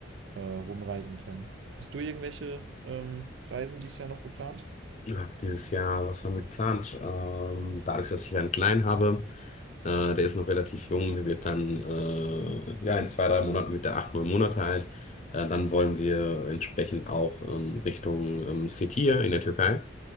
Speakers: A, on the right; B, on the left.
A: äh, rumreisen können. Hast du irgendwelche ähm, Reisen dieses Jahr noch geplant?
B: Ja, Dieses Jahr, was haben wir geplant? Ähm, dadurch, dass ich einen Kleinen habe, äh, der ist noch relativ jung, der wird dann, äh, ja, in zwei, drei Monaten wird der acht, neun Monate alt. Äh, dann wollen wir entsprechend auch ähm, Richtung ähm, Fethiye in der Türkei.